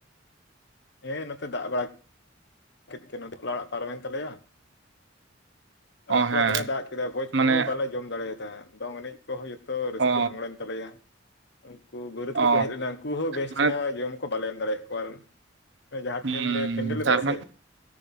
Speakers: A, on the left (about 60°); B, on the right (about 65°).
A: ᱦᱮᱸ ᱱᱚᱛᱮ ᱫᱟᱜ ᱵᱟᱲᱟ <inaudible> ᱠᱮᱫ ᱜᱮ ᱵᱟᱯᱞᱟ ᱟᱲᱟᱜ ᱯᱟᱨᱚᱢᱮᱱ ᱛᱟᱞᱮᱭᱟ
B: ᱚ
A: ᱵᱟᱯᱞᱟ
B: ᱦᱮᱸ
A: ᱫᱚᱢᱮ ᱫᱟᱜ ᱠᱮᱫᱟᱭ ᱵᱷᱚᱡᱽ
B: ᱢᱟᱱᱮ
A: ᱠᱚᱦᱚᱸ ᱵᱟᱞᱮ ᱡᱚᱢ ᱫᱟᱲᱮᱭᱟᱫᱟ ᱫᱚᱝ ᱮᱱᱮᱡ ᱠᱚᱦᱚᱸ ᱡᱚᱛᱚ ᱨᱟᱹᱥᱠᱟᱹ
B: ᱚ
A: ᱵᱷᱟᱝᱽᱲᱮᱱ ᱛᱟᱞᱮᱭᱟ ᱩᱱᱠᱩ ᱵᱟᱹᱨᱟᱹᱫ
B: ᱚ
A: ᱠᱚᱠᱚ ᱦᱮᱡ ᱞᱮᱱᱟ ᱩᱱᱠᱩ ᱦᱚᱸ ᱵᱮᱥ
B: ᱢᱟᱱᱮ
A: ᱪᱮᱦᱨᱟ ᱡᱚᱢ ᱠᱚ ᱵᱟᱞᱮ ᱮᱢ ᱫᱟᱲᱮᱭᱟᱜ ᱠᱚᱣᱟ ᱡᱟᱸᱦᱟ
B: ᱦᱩᱸ
A: ᱴᱷᱮᱱ ᱞᱮ ᱯᱮᱸᱰᱮᱞ ᱞᱮᱫᱟ
B: ᱛᱟᱨᱢᱟᱱᱮ
A: ᱥᱮ